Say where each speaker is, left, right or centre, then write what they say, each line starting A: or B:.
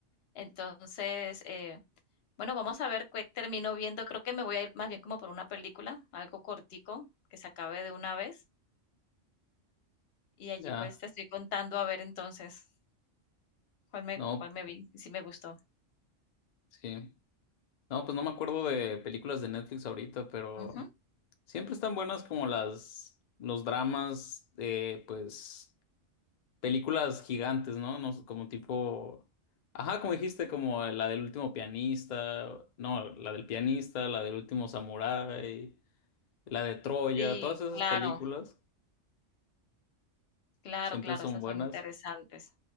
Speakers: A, on the left; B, on the left.
A: Entonces, eh, bueno, vamos a ver qué termino viendo, creo que me voy a ir más bien como por una película, algo cortico, que se acabe de una vez, y allí
B: Ya,
A: pues te estoy contando a ver entonces cuál me,
B: no,
A: cuál me vi, y si me gustó.
B: sí. No, pues no me acuerdo de películas de Netflix ahorita, pero
A: Ujú.
B: siempre están buenas como las, los dramas, eh, pues, películas gigantes, ¿no? No, sé, como tipo, ajá, como dijiste, como la del último pianista, no, la del pianista, la del último samurái, la de Troya,
A: Sí,
B: todas esas
A: claro,
B: películas.
A: claro,
B: Siempre
A: claro,
B: son
A: esas
B: buenas.
A: son interesantes,